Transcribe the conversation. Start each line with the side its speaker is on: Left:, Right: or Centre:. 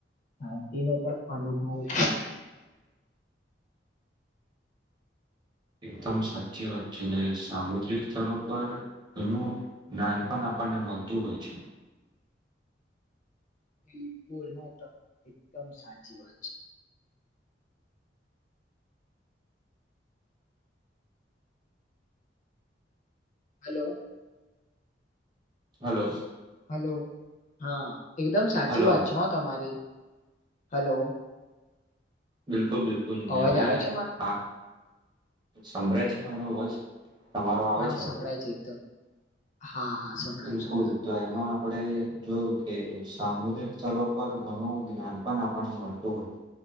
Left: શાંતિનો પણ અનુભવ છે
Right: એકદમ સાચી વાત છે ને સામુદ્રિક સ્તરો પર ઘણું નાનપણ આપણને મળતું હોય છે
Left: <inaudible> બિલકુલ ના તમારી એકદમ સાચી વાત છે હલો
Right: હલો
Left: હલો હા એકદમ સાચી
Right: હલો
Left: વાત છે હો તમારી હલો
Right: બિલકુલ બિલકુલ નહી
Left: અવાજ
Right: હવે
Left: આવે છે મારો?
Right: હા સંભળાય છે પણ મારો અવાજ તમારો આવે
Left: હા
Right: છે
Left: સંભળાય
Right: આવાજ
Left: એકદમ હા હા સંભળાયું
Right: બિલકુલ
Left: સંભળાયું
Right: તો
Left: બોલો બોલો.
Right: એમાં આપડે જોયું કે સામુદાયિક સ્થળો પર ઘણું જ્ઞાન પણ આપણને મળતું હોતું